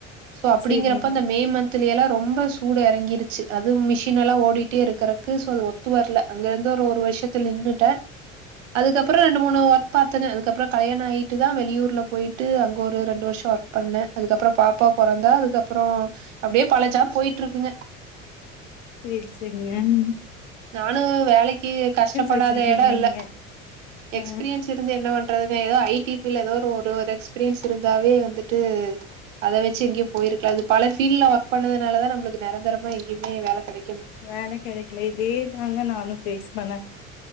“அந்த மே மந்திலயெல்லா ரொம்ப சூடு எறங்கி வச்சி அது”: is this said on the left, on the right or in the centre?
Right